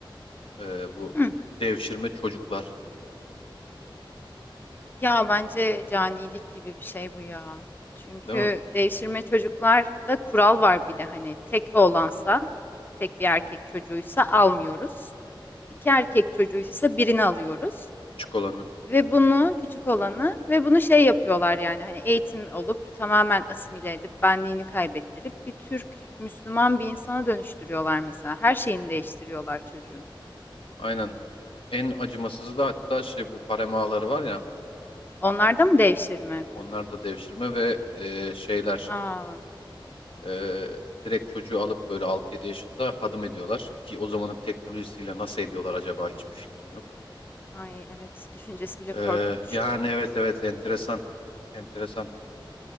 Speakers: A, on the left; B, on the left.
A: Ee, bu
B: Hmm.
A: devşirme çocuklar,
B: Ya bence canilik gibi bir şey bu ya. Çünkü
A: değil mi?
B: devşirme çocuklarda kural var bir de hani tek oğlansa, tek bir erkek çocuğuysa almıyoruz. İki erkek çocuğuysa birini alıyoruz.
A: Küçük olanı.
B: Ve bunu küçük olanı ve bunu şey yapıyorlar yani hani eğitim olup tamamen asimile edip benliğini kaybettirip bir Türk Müslüman bir insana dönüştürüyorlar mesela. Her şeyini değiştiriyorlar çocuğun.
A: Aynen. En acımasızı da hatta şey bu harem ağaları var ya.
B: Onlarda mı devşirme?
A: Onlar da devşirme ve e, şeyler
B: Aa,
A: e, direkt çocuğu alıp böyle altı yedi yaşında hadım ediyorlar. Ki o zamanın teknolojisiyle nasıl ediyorlar acaba hiçbir fikrim yok.
B: ay evet düşüncesi bile
A: Ee,
B: korkunç.
A: yani evet evet enteresan. Enteresan.